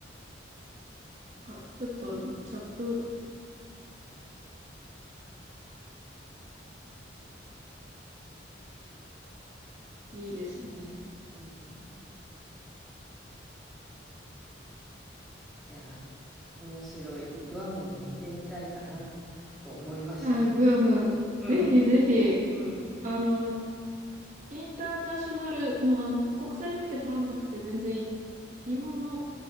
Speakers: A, on the right; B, in the centre.
A: あ、ちょっとあの、チャットいいですね。
B: うん、じゃあ、面白い。グアムも行ってみたいかな、と思いました。
A: はい、グアム。
B: うん。
A: ぜひぜひ、
B: うん
A: あの、インターナショナルの、あの、国際免許取らなくて全然いい、日本の